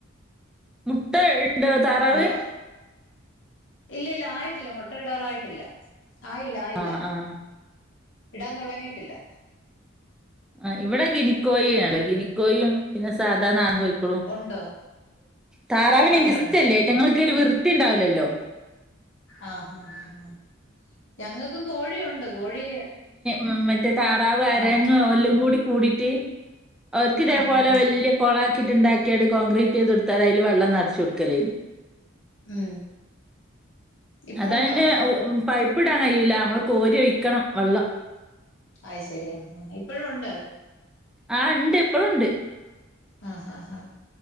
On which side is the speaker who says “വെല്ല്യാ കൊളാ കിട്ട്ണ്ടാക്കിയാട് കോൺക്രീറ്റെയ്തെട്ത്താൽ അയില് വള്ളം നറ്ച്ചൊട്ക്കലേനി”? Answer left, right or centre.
Centre